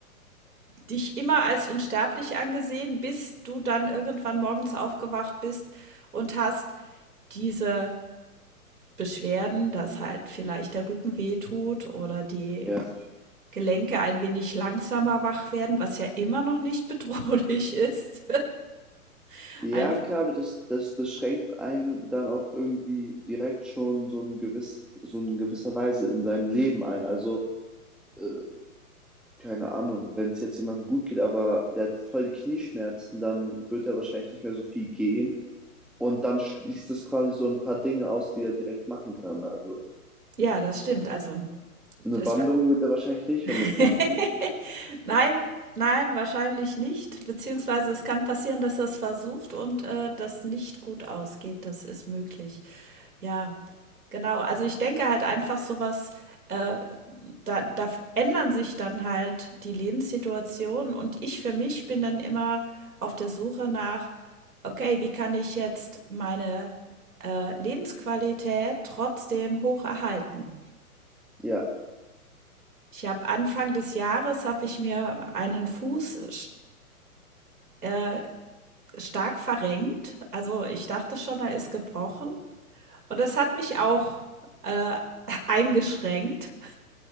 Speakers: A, on the right; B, in the centre.
A: dich immer als unsterblich angesehen, bis du dann irgendwann morgens aufgewacht bist und hast diese Beschwerden, dass halt vielleicht der Rücken wehtut oder die
B: ja.
A: Gelenke ein wenig langsamer wach werden, was ja immer noch nicht bedrohlich ist. <laughs>
B: Ja,
A: Einf
B: klar, aber das, das, das schränkt einen dann auch irgendwie direkt schon so ein gewiss, so in gewisser Weise in seinem Leben ein. Also, äh, keine Ahnung, wenn es jetzt jemandem gut geht, aber der hat voll die Knieschmerzen, dann wird er wahrscheinlich nicht mehr so viel gehen. Und dann schließt es quasi so ein paar Dinge aus, die er direkt machen kann. Also,
A: ja, das stimmt. Also,
B: eine
A: es
B: Wanderung wird er wahrscheinlich nicht mehr
A: <laughs>
B: mitmachen.
A: Nein, nein, wahrscheinlich nicht. Beziehungsweise es kann passieren, dass er es versucht und äh, das nicht gut ausgeht. Das ist möglich. Ja, genau. Also ich denke halt einfach sowas, äh, da, da f- ändern sich dann halt die Lebenssituation und ich für mich bin dann immer auf der Suche nach, okay, wie kann ich jetzt meine äh, Lebensqualität trotzdem hoch erhalten?
B: Ja,
A: Ich habe Anfang des Jahres habe ich mir einen Fuß äh, sch äh, stark verrenkt. Also, ich dachte schon, er ist gebrochen und das hat mich auch, äh, <laughs> eingeschränkt